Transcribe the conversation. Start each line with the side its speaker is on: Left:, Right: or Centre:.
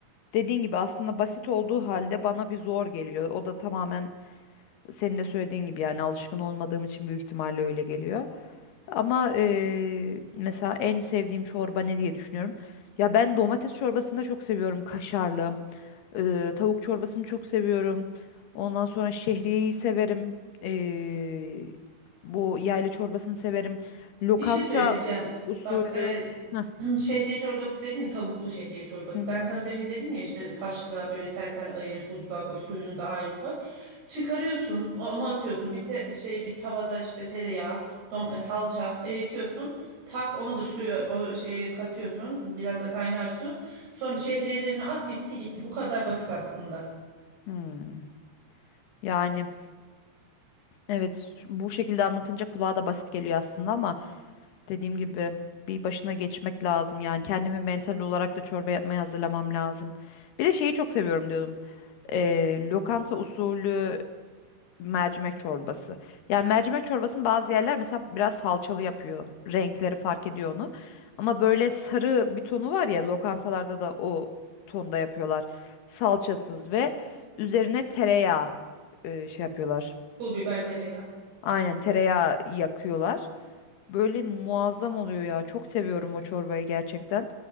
Left: dediğin gibi aslında basit olduğu halde bana bir zor geliyor. O da tamamen senin de söylediğin gibi yani alışkın olmadığım için büyük ihtimalle öyle geliyor. Ama eee, mesela en sevdiğim çorba ne diye düşünüyorum. Ya ben domates çorbasını da çok seviyorum kaşarlı. Eee, tavuk çorbasını çok seviyorum. Ondan sonra şehriyeyi severim. Eee, bu yayla çorbasını severim. Lokanta
Right: Bir şey söyleyeceğim.
Left: u- usulü.
Right: Bak e,
Left: Heh.
Right: <clears throat> şehriye çorbası dedin ya tavuklu şehriye çorbası.
Left: Hı hı.
Right: Ben sana demin dedim ya işte haşla böyle tel tel ayırıp buzluğa koy suyunu da ayrı koy. Çıkarıyorsun onu atıyorsun bir te- şey bir tavada işte tereyağı dom- e, salça eritiyorsun. Tak onu da suya o şeye katıyorsun biraz da kaynar su. Sonra şehriyelerini at bitti gitti bu kadar basit aslında.
Left: Hmm. Yani. Evet, ş- bu şekilde anlatınca kulağa da basit geliyor aslında ama dediğim gibi bir başına geçmek lazım. Yani kendimi mental olarak da çorba yapmaya hazırlamam lazım. Bir de şeyi çok seviyorum diyordum. Ee, lokanta usulü mercimek çorbası. Yani mercimek çorbasını bazı yerler mesela biraz salçalı yapıyor. Renkleri fark ediyor onu. Ama böyle sarı bir tonu var ya lokantalarda da o tonda yapıyorlar. Salçasız ve üzerine tereyağı e, şey yapıyorlar.
Right: Pul biber tereyağı.
Left: Aynen tereyağı yakıyorlar. Böyle muazzam oluyor ya. Çok seviyorum o çorbayı gerçekten.